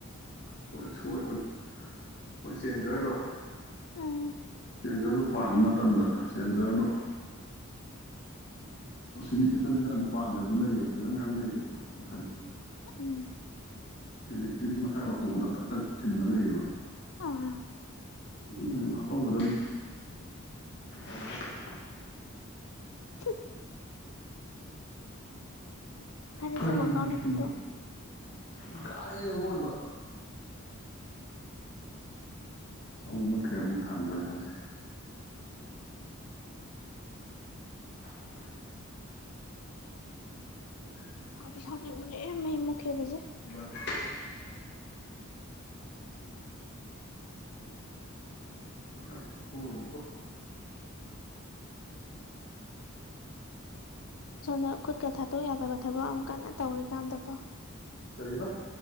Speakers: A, on the left; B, on the left.
A: ꯑꯈꯣꯏꯅ ꯁꯣꯏꯕꯅꯤ ꯃꯣꯏ ꯆꯦꯟꯖꯔꯗꯣ
B: ꯎꯝ
A: ꯆꯦꯟꯖꯔꯗꯣ ꯄꯥꯟꯕ ꯃꯇꯝꯗ ꯆꯦꯟꯖꯔꯗꯣ ꯑꯁꯤꯒꯤ ꯊꯛꯀꯠ ꯊꯛꯇꯦꯗꯨ ꯄꯥꯟꯗꯕꯁꯨ ꯂꯩꯌꯦꯕ ꯆꯦꯟꯖꯔ ꯃꯌꯥꯝ ꯂꯩꯌꯦꯕꯀꯣ ꯃꯈꯜ
B: ꯎꯝ
A: ꯏꯂꯦꯛꯇ꯭ꯔꯤꯛꯀꯤ ꯃꯁꯥꯏ ꯑꯣꯇꯣꯗ ꯇꯛ ꯇꯛ ꯁꯤꯟꯕ ꯂꯩꯌꯦꯕ
B: ꯑꯥ
A: ꯑꯗꯨꯒꯨꯝꯕꯗꯣ ꯍꯥꯄꯝꯒꯗꯝꯃꯤ ꯑꯃꯨꯛ ꯃꯨꯠꯈ꯭ꯔꯦ
B: ꯍꯝ ꯐꯔꯦꯁꯦ
A: ꯀꯔꯤꯅꯣ
B: ꯋꯥꯛꯑꯥꯎꯠꯅꯦ
A: ꯅꯆꯤꯟꯗꯨꯕꯣ
B: ꯈꯟꯗꯣꯛꯑꯣ
A: ꯏꯀꯥꯔꯦ ꯑꯑꯣꯏꯕ ꯑꯃꯨꯛ ꯃꯠꯈ꯭ꯔꯦ ꯑꯃꯨꯛ ꯊꯥꯟꯗꯣꯔꯦ ꯍꯧꯖꯤꯛ <inaudible> ꯉꯁꯤꯗꯤ
B: ꯁꯥꯎꯗꯤ
A: ꯏꯕꯥꯅꯤ
B: ꯁꯥꯎꯅꯤꯡꯕꯅꯦ ꯃꯩ ꯃꯨꯠꯈꯤꯕꯁꯦ
A: ꯏꯕꯥꯅꯤ <inaudible> ꯐꯖꯅ ꯐꯨꯔꯅꯤꯕꯨ <inaudible>
B: ꯁꯣꯝꯗ ꯈꯨꯠꯀ ꯊꯥꯗꯣꯛ ꯌꯥꯗꯕ ꯊꯕꯛ ꯑꯃ ꯀꯟꯅ ꯇꯧꯔꯤꯀꯥꯟꯗꯀꯣ
A: ꯀꯔꯤꯕ